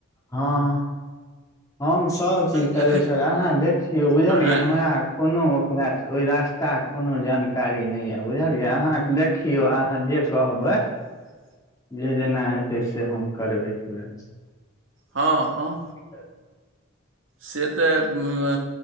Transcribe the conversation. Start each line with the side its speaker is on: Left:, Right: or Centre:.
Left: हां हम सबचीज
Right: जखन
Left: करबै छीयै, अहाँ देखियौ बुझलियै
Right: आँय
Left: हमरा कोनो ओकरा से ओय रास्ता के कोनो जानकारी नै यै बुझलियै अहाँके देख खियो अहाँ जे कहबै
Right: ह
Left: जे जेना हेतै से हम करेबै पूरा।
Right: हां-हां।
Left: कियै।
Right: से तऽ उम्म